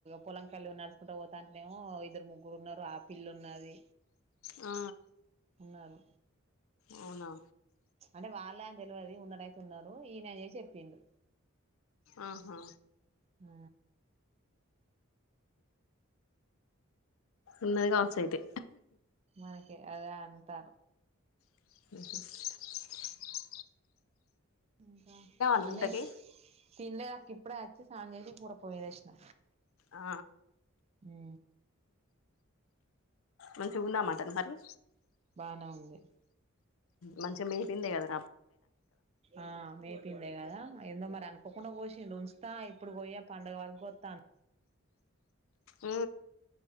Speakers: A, on the right (about 30°); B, on the left (about 70°).
A: పొలంకల్ నడుస్కుంట పోతాంటనేవో ఇద్దరు ముగ్గురు ఉన్నరు. పిల్లున్నది
B: ఆ
A: న్నారు
B: అవునా
A: అంటే వాళ్ళే అని తెల్వదు. ఉన్నడైతే ఉన్నారు ఈనని చేసి చెప్పిండు.
B: ఆహా
A: ఆ
B: ఉన్నది కావచ్చు అయితే
A: అనకే అదే అంతారు
B: అ
A: ఇంకా
B: నువ్వు
A: అనేష్
B: ఇంతకీ
A: తిన్లేదు అక్క ఇప్పుడే వచ్చి స్నానం చేసి కూర పోయ్యి మీదేసిన
B: ఆ
A: ఉ
B: మంచిగుందా మటన్ మరి
A: బానే ఉంది
B: మంచిగా మీ పింది కదా
A: ఆ మీ చెప్పిందే కదా ఏందో మరి అనుకోకుండా పోసిండు ఉంచుతా ఇప్పుడు పోయా పండుగ వరకు వత్తా
B: ఉ